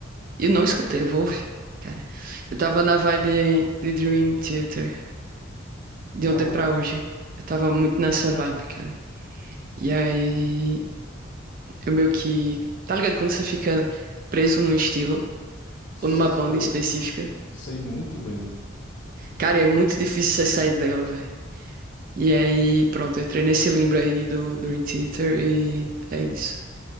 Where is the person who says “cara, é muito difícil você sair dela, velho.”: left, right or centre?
Right